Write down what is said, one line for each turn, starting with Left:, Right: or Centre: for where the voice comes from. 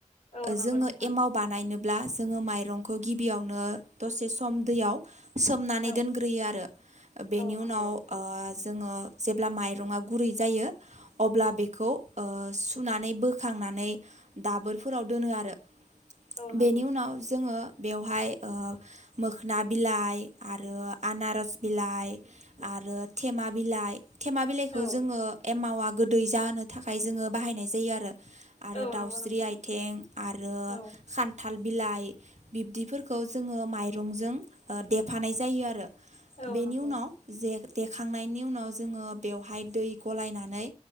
Left: औ नंगौ
Right: जोङो
Left: नोंथां
Right: एमाव बानायनो ब्ला जोङो माइरंखौ गिबियावनो दसे सम दैयाव सोम
Left: औ
Right: नानै दोनग्रोयो आरो बेनि
Left: औ नंगौ
Right: उनाव ओ जोङो जेब्ला माइरङा गुरै जायो अब्ला बेखौ ओ सुनानै बोखां नानै दाबोरफोराव दोनो आरो।
Left: औ नंगौ
Right: बेनि उनाव जोङो बेवहाय ओ मोखोना बिलाइ आरो आनारस बिलाइ आरो थेमा बिलाइ थेमा बिलाइखौ
Left: औ
Right: जोङो एमावा गोदै जाहोनो थाखाय जोङो बाहायनाय जायो आरो। आरो
Left: औ
Right: दाउस्रि
Left: नंगौ नोंथां
Right: आथिं आरो
Left: औ
Right: खान्था थाल बिलाइ बिब्दिफोरखौ जोङो माइरंजों देफानाय जायो आरो।
Left: औ
Right: बेनि
Left: नंगौ
Right: उनाव जे देखांनायनि उनाव जोङो बेवहाय दै गलायनानै